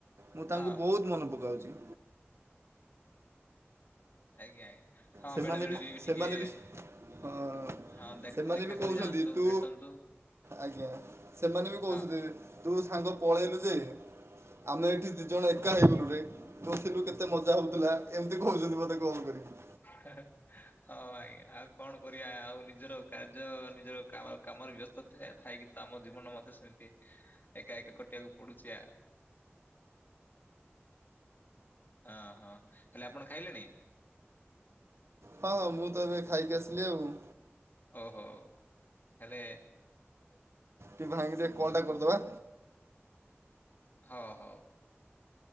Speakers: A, on the right (about 70°); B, on the left (about 45°).
A: ମୁଁ
B: ହଁ।
A: ତାଙ୍କୁ ବହୁତ ମନେ ପକାଉଛି।
B: ଆଜ୍ଞା ଆଜ୍ଞା ହଁ
A: ସେମାନେ
B: ବେଳେ ବେଳେ ବି
A: ସେମାନେ
B: ଟିକେ
A: ବି ହଁ
B: ହଁ ଦେଖ
A: ସେମାନେ
B: ଦେଖା
A: ବି
B: କରି
A: କହୁଛନ୍ତି
B: ଯାଆନ୍ତୁ
A: ତୁ
B: ଭେଟନ୍ତୁ।
A: ଆଜ୍ଞା ସେମାନେ ବି କହୁଛନ୍ତି
B: ହଁ
A: ତୁ ସାଙ୍ଗ ପଳେଇଲୁ ଯେ ଆମେ ଏଠି ଦି ଜଣ ଏକା ହେଇଗଲୁ ରେ। ତୁ ଥିଲୁ କେତେ ମଜା ହଉଥିଲା ଏମିତି କହୁଛନ୍ତି ମତେ କଲ୍ କରିକି।
B: <unintelligible> ହଁ, ଆଜ୍ଞା ଆଉ କଣ କରିବା ଆଉ ନିଜର କାର୍ଯ୍ୟ ନିଜର କାମ କାମରେ ବ୍ୟସ୍ତ ଥା ଥାଇକି ତ ଆମ ଜୀବନ ମଧ୍ୟ ସେମିତି ଏକା ଏକା କଟିବାକୁ ପଡୁଛି ଆଉ। ହଁ, ହଁ ହେଲେ ଆପଣ ଖାଇଲେଣି?
A: ହଁ, ମୁଁ, ତ ଏବେ ଖାଇକି ଆସିଲି ଆଉ।
B: ଓହୋ ହେଲେ
A: ଭାଇ ଙ୍କି ଟିକେ କଲ୍ ଟା କରିଦବା।
B: ହଁ, ହଉ।